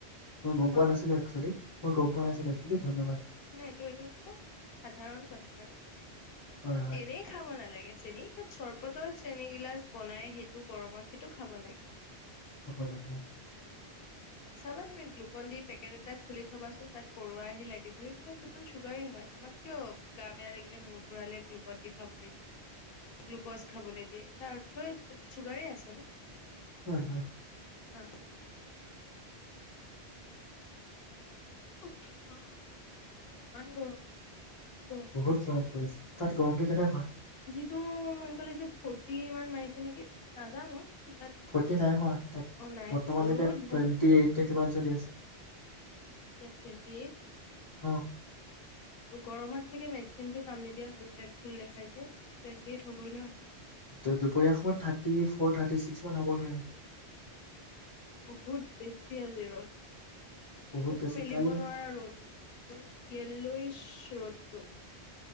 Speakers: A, on the left (about 35°); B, on the left (about 65°).
A: মই গম
B: হা
A: পোৱা নাছিলো একচেলি মই গম পোৱা
B: অ
A: নাইছিলো দেই ধন্যবাদ।
B: নাই এইটো এইটো একদম সাধাৰণ কথা আৰু
A: হয় হয়
B: এনেই খাব নালাগে চেনী <unintelligible> চৰবতৰ চেনী গিলাচ বনাই সেইটো গৰমত সেইটো খাব লাগে
A: সফাল য
B: উম চাবা তুমি গ্লুকন দি পেকেট এটা খুলি থবাচোন তাত পৰুৱা আহি লাগিবহি। সেইটো চুগাৰেই হয় আমাক কিয় গা বেয়া লাগিলে মূৰ ঘুৰালেে গ্লুকন দি খাবলৈ দিয়ে গ্লুকজ খাবলৈ দিয়ে তাৰ অৰ্থই চুগাৰেই আছে ন
A: হয়, হয়
B: হা ইমান গৰম পৰিছে ইমান গৰম পৰিছে
A: বহুত গৰম পৰিছে তাত গৰমটো কেনেকুৱা
B: তটো মন কলেছে ফূৰ্তি মান মাৰিছে নেকি নাজানো বাট
A: ফৰ্টি নাই হোৱা
B: অ নাই
A: বৰ্তমানে
B: হোৱা
A: লৈকে
B: ৰ'দ বহুত
A: টোৱেনটি এইট কিমান চলি আছে।
B: ইয়াত টুৱেটি এ
A: অ
B: গৰমত চাগে মেচিন টো কাম নিদিয়া হল ভুল দেখাইছে টুৱেণ্টি এইট হ'বই নো
A: ত দুপৰীয়া সময়ত থাৰ্টি ফ'ৰ থাৰ্টি ছিক্স মান হ'বগে আৰু
B: বহুত বেছি আজি ৰ'দ
A: বহুত
B: চুকু
A: বেছি
B: মেলিব
A: কালি
B: নোৱাৰা ৰ'দ এল্লয়েছ ৰ'দ টো